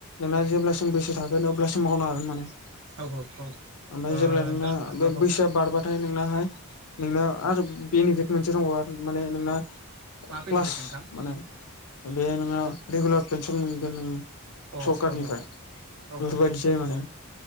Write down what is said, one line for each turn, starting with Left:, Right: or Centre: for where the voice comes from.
Left: ना जेब्लासिम बैसो थागोन अब्लासिम मावनो हागोन माने
Right: औ औ ओ
Left: ओमफाय जेब्ला नोंना
Right: दा औ
Left: बे
Right: औ
Left: बैसोआ बारबाथाय नोंनाहाय नोंना आरो बेनिफिट मोनसे दं आरो माने नोंना
Right: मा बेनिफिट
Left: क्लास
Right: नोंथां?
Left: माने बे नोंङो रेगुलार पेनसन मोनगोन नोङो
Right: अ
Left: सरखारनिफ्राय
Right: ह ह औ
Left: बेफोरबादि जायो माने
Right: औ ओ